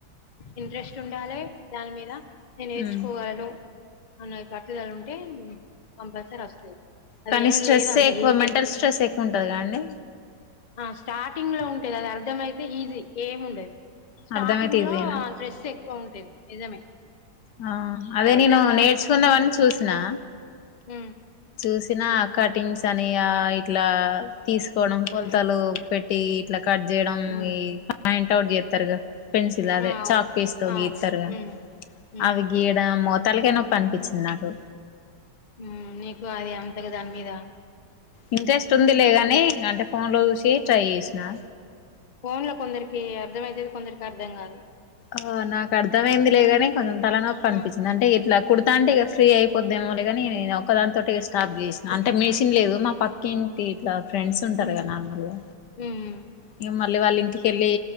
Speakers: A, on the left; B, on the left.
A: ఇంట్రెస్ట్ ఉండాలే దాని మీదా నేను నేర్చుకోగలను.
B: ఉమ్
A: అనే పట్టుదల ఉంటే కంపల్సరీ వస్తది. అది
B: కానీ
A: ఏం
B: స్ట్రెస్సే
A: లేదు అంత
B: ఎక్కువ
A: ఈజీ
B: మెంటల్ స్ట్రెస్ ఎక్కువ ఉంటది గదా అండి.
A: ఆ స్టార్టింగ్ లో ఉంటది అది అర్ధంమయితే ఈజీ ఏముండది. స్టార్టింగ్
B: అర్థమైతే ఈజీయేనా
A: లో ఆ స్ట్రెస్ ఎక్కువ ఉంటది నిజమే.
B: ఆ అదే
A: అది అర్థం
B: నేనూ నేర్చుకుందమని చూశినా.
A: ఊ
B: చూశినా కటింగ్స్ అనీ ఆ ఇట్లా తీసుకోవడం కొలతలూ
A: ఉమ్
B: పెట్టీ ఇట్ల. కట్ జేయడం
A: ఉమ్
B: ఈ పాయింట్ అవుట్ చేత్తరుగా. పెన్సిల్ అదే
A: ఆ అవును
B: చాక్ పీస్ తో
A: ఆ
B: గీత్తరుగా
A: ఉమ్ ఉమ్
B: అవి గీయడం మొత్త్ తలకాయ నొప్పి అనిపిచ్చింది నాకు.
A: హ్మా నీకు అది అంతగ దాని మీదా.
B: ఇంట్రెస్ట్ ఉంది లే గానీ అంటే ఫోన్ లో చూశీ ట్రై చేశినా.
A: ఫోన్లో కొందరికీ అర్థమయితది కొందరికి అర్థం కాదు.
B: ఆ నాకు అర్ధమైంది లే గాని కొంత్ తలనొప్పి అనిపిచ్చింది
A: ఆ
B: అంటే ఎట్లా. కుడతాంటే ఇగ ఫ్రీ అయిపోద్దేమో లే గానీ నా ఒక్క దానితోటి ఇగ స్టాప్ చేశినా అంటే మిషిన్ లేదు మా పక్కింట్ టే ఇట్లా ఫ్రెండ్స్ ఉంటరు
A: ఉమ్
B: గా నార్మల్గా
A: ఉమ్
B: ఇగ మళ్ మళ్ళి వాళ్ళ ఇంటికెళ్ళీ